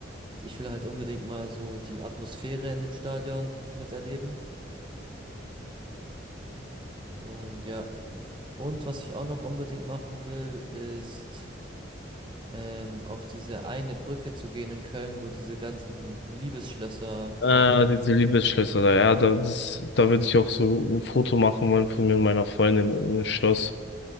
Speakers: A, on the right; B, on the left.
A: ich will halt unbedingt mal so die Atmosphäre in dem Stadion miterleben. Und ja, und was ich auch noch unbedingt machen will, ist ähm, auf diese eine Brücke zu gehen in Köln, wo diese ganzen Liebesschlösser
B: Äh,
A: dran gemacht
B: diese
A: wurden.
B: Liebesschlösser da, ja, da, das, da würde ich auch so ein Foto machen wollen von mir und meiner Freundin im Schloss.